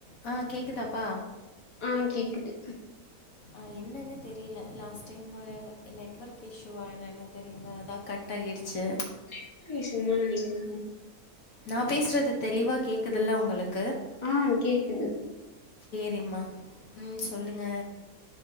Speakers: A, on the left (about 65°); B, on the left (about 20°).
A: ஆ கேக்குதாப்பா
B: ம் கேக்குது
A: ஆ என்னன்னே தெரியல லாஸ்ட்டைம்மு நெட்ஒர்க் இஷ்யூுவா என்னன்னே தெரியல அதா கட் ஆகிடுச்சு.
B: ப்ப நெட்ஒர்க் இஸ்சுதான்னு நெனக்குரேங்க
A: நா பேசுறது தெளிவா கேக்குதுல்ல உங்களுக்
B: ஆ கேக்குது
A: விமா ம் சொல்லுங்க